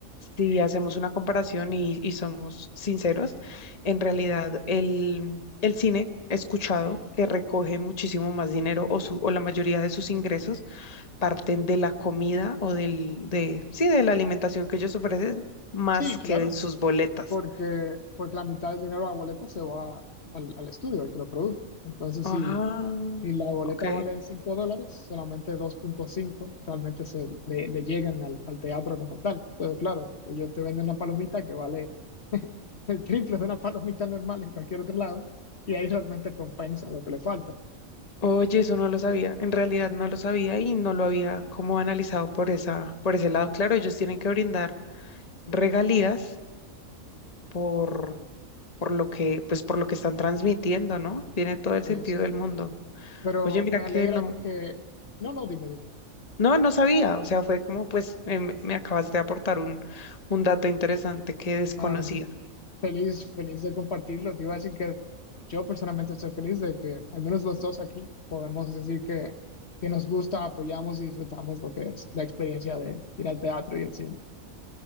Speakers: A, on the left (about 30°); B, on the left (about 50°).
A: si hacemos una comparación y, y somos sinceros, en realidad el, el cine he escuchado que recoge muchísimo más dinero o, su, o la mayoría de sus ingresos parten de la comida o del, de, sí, de la alimentación que ellos ofrecen más
B: Sí, claro,
A: que de sus boletas.
B: porque, porque la mitad del dinero de la boleta se va al, al estudio, al que lo produce. Entonces,
A: Ah,
B: sí, Y la boleta
A: ok.
B: vale 5 dólares, solamente dos punto cinco realmente se le, le llegan al, al teatro como tal. Entonces, claro, yo te vendo una palomita que vale <laughs> el triple de una palomita normal en cualquier otro lado, y ahí realmente compensa lo que le falta.
A: Oye, eso no lo sabía. En realidad no lo sabía y no lo había como analizado por esa, por ese lado. Claro, ellos tienen que brindar regalías por, por lo que, pues por lo que están transmitiendo, ¿no? Tiene todo el
B: Eh,
A: sentido
B: sí.
A: del mundo.
B: Pero
A: Oye, mira
B: me
A: que
B: alegra
A: no,
B: que... No, no, dime, dime.
A: no, no sabía. O sea, fue como, pues, eh, me me acabaste de aportar un, un dato interesante que desconocía.
B: Ah, no. Feliz, feliz de compartirlo. Te iba a decir que yo personalmente estoy feliz de que al menos los dos aquí podemos decir que, que nos gusta, apoyamos y disfrutamos lo que es la experiencia de ir al teatro y el cine.